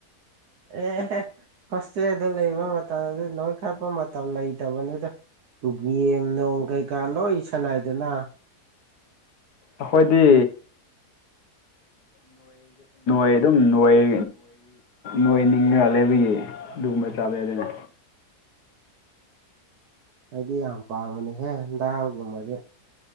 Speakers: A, on the right; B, on the left.
A: ꯑꯦ ꯍꯣꯁꯇꯦꯗ ꯂꯩꯕ ꯃꯇꯝꯗꯤ ꯅꯣꯏ ꯈꯠꯄ ꯃꯇꯝ ꯂꯩꯇꯕꯅꯤꯗ ꯒꯦꯝ ꯅꯨꯡ ꯀꯩꯀꯥ ꯂꯣꯏ ꯁꯥꯟꯅꯥꯏꯗꯅ
B: ꯑꯩꯈꯣꯏꯗꯤ ꯅꯣꯏ ꯑꯗꯨꯝꯣꯏꯣꯏ ꯅꯣꯏ ꯅꯤꯡꯉ ꯂꯩꯕꯒꯤ ꯑꯗꯨꯒꯨꯝꯕ ꯆꯥꯕꯦꯗꯅꯦ
A: ꯑꯩꯗꯤ ꯌꯥꯝ ꯄꯥꯝꯕꯅꯦꯍꯦꯦꯟꯗꯜꯒꯨꯝꯕꯗꯤ